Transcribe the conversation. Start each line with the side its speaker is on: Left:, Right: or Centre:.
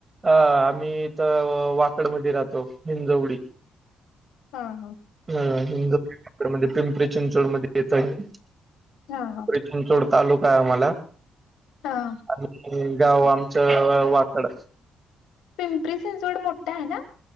Right: ह आम्ही इथ वाकड मध्ये राहतो हिंजवडी
Left: हा हा.
Right: ह हिंदू <unintelligible> पिंपरी चिंचवड मध्ये येत आहे पिंपरी
Left: हा हा
Right: चिंचवड तालुकाय आम्हाला.
Left: हा.
Right: <unintelligible> गाव आमचं वाकड.
Left: पिंपरी चिंचवड मोठ हाय ना.